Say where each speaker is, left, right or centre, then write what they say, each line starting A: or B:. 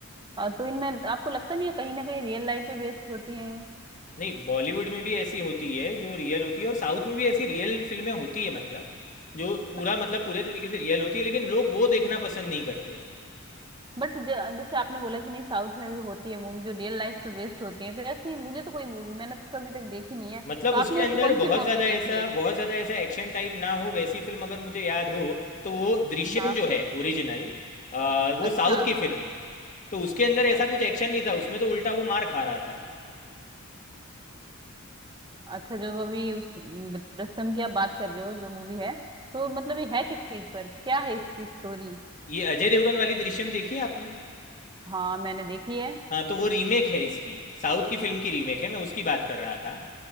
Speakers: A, on the right; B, on the left.
A: अ, तो इनमें आपको लगता नहीं है कहीं ना कहीं रियल लाइफ पे बेस्ड होती है
B: नहीं बॉलीवुड में भी ऐसी होती है जो रियल होती है और साउथ में भी ऐसी रियल फिल्में होती है मतलब जो पूरा
A: बट
B: मतलब पूरे तरीके से रियल होती है लेकिन लोग वो देखना पसंद नहीं करते
A: बट जैसे आपने बोला कि नहीं साउथ में भी होती है मूवी जो रियल लाइफ पे बेस्ड होती है तो ऐसी मुझे तो कोई मूवी मैंने तो अभी तक देखी नहीं है तो
B: मतलब उसके
A: आपने
B: अंदर
A: ऐसी कौन सी
B: बहुत
A: मूवी
B: ज़्यादा
A: देखी
B: ऐसा
A: है
B: बहुत ज़्यादा ऐसा एक्शन टाइप ना हो वैसी फिल्म अगर मुझे याद हो तो वो दृश्यम
A: हाँ
B: जो है ओरिजिनल वो
A: अच्छा
B: साउथ की फिल्म है तो उसके अंदर ऐसा
A: अ-
B: कुछ एक्शन नहीं था उसमें तो उल्टा वो मार खा रहा था
A: अच्छा जो अभी उस रस्म की आप बात कर रहे हो जो मूवी है तो मतलब ये है किस चीज पर क्या है इसकी स्टोरी
B: ये अजय देवगन वाली दृश्यम देखी है आपने
A: हाँ मैंने देखी है
B: हाँ तो वो रीमेक है इसकी साउथ की फिल्म की रीमेक है मैं उसकी बात कर रहा था